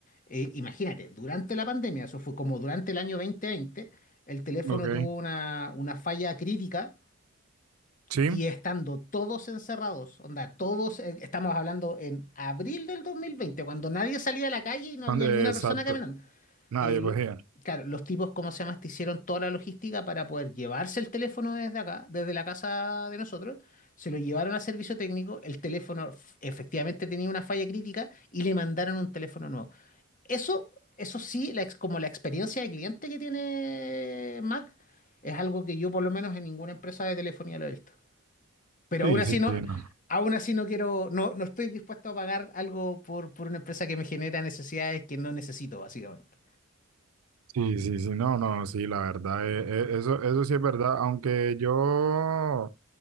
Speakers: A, on the left; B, on the right.
A: eh, imagínate, durante la pandemia, eso fue como durante el año 2020. El teléfono
B: Ok,
A: tuvo una, una falla crítica
B: sí,
A: y estando todos encerrados, onda, todos, eh, estamos hablando en abril del 2020, cuando nadie salía a la calle y no había
B: and- eh,
A: ni una
B: exacto.
A: persona caminando.
B: Nadie
A: Eh, lo-
B: lo veía.
A: claro, los tipos, ¿cómo se llama? Te hicieron toda la logística para poder llevarse el teléfono desde acá, desde la casa de nosotros. Se lo llevaron a servicio técnico, el teléfono f- efectivamente tenía una falla crítica y le mandaron un teléfono nuevo. Eso, eso sí, la ex- como la experiencia de cliente que tiene Mac es algo que yo por lo menos en ninguna empresa de telefonía lo he visto. Pero
B: Sí,
A: aún así
B: sí,
A: no,
B: sí, no.
A: aún así no quiero, no, no estoy dispuesto a pagar algo por, por una empresa que me genera necesidades que no necesito, básicamente.
B: Sí, sí, sí, no, no, sí, la verdad, eh, eh, eso, eso sí es verdad, aunque yo